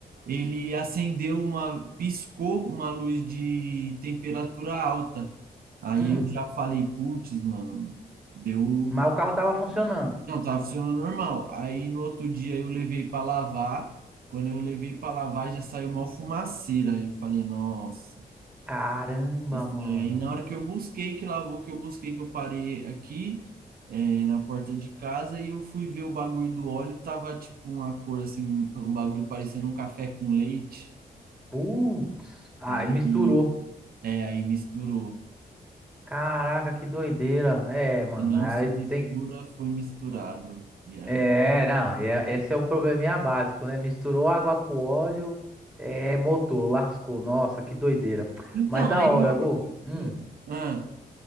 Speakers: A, on the right; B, in the centre.
A: ele acendeu uma, piscou uma luz de temperatura alta. Aí
B: Hum.
A: eu já falei, putz, mano, deu.
B: Mas o carro tava funcionando.
A: Não, tava funcionando normal. Aí no outro dia eu levei para lavar. Quando eu levei para lavar, já saiu uma fumaceira. Aí eu falei, nossa
B: Caramba,
A: estranho.
B: mano.
A: Aí na hora que eu busquei, que lavou, que eu busquei, que eu parei aqui, é, na porta de casa, e eu fui ver o bagulho do óleo, tava tipo uma cor assim, um bagulho parecendo um café com leite.
B: Putz. Aí
A: Aí,
B: misturou.
A: é, aí misturou.
B: Caraca, que doideira. É, mano,
A: Se não
B: mas aí
A: se mistura,
B: tem.
A: foi misturado. E aí.
B: É, não. é- esse é o probleminha básico, né? Misturou água com óleo. É, motor, lascou. Nossa, que doideira.
A: Então,
B: Mas da
A: aí
B: hora,
A: eu,
B: Gu. Hum.
A: eu- ah,